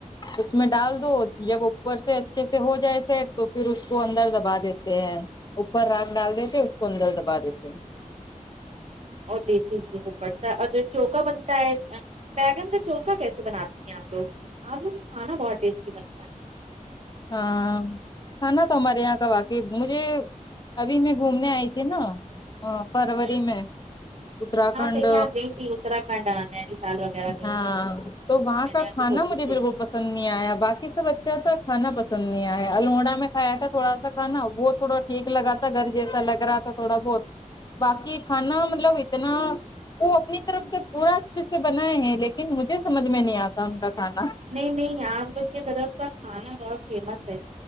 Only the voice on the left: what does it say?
اس میں ڈال دو جب اوپر سے اچھے سے ہو جائے سیٹ تو پھر اس کو اندر دبا دیتے ہیں اوپر راگ ڈال دیتے
اس کو اندر دبا دیتے
ہاں کھانا تو ہمارے یہاں کا واقعی مجھے ابھی میں گھومنے آئی تھی نا فروری
میں اترکھنڈ
ہاں
تو وہاں
کا
کھا
مجھے بالکل
پسند نہیں آیا باقی سب اچھا سا کھانا پسند نہیں آیا ہے الوڑا میں کایا تھا تھوڑا سا کھانا وہ تھوڑا ٹھیک لگا تھا گھر جیسا لگ رہا تھا تھوڑا بہت باقی کانا مطلب اتنا وہ اپنی طرف سے پورا اچھے سے بنائے ہیں لیکن مجھے سمجھ میں نہیں آتا ان کا کھانا